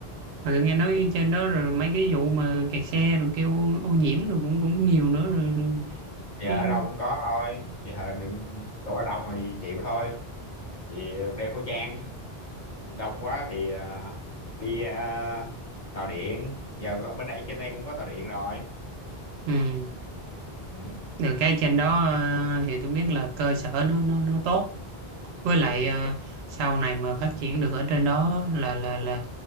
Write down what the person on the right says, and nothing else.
mà tôi nghe nói trên đó rồi mấy cái vụ mà kẹt xe rồi kêu ô nhiễm rồi cũng cũng nhiều nữa rồi, rồi,
rồi
Ừ.
Được cái trên đó ờ, thì tôi biết là cơ sở nó nó nó tốt. Với lại
ờ, sau này mà phát triển được ở trên đó là là là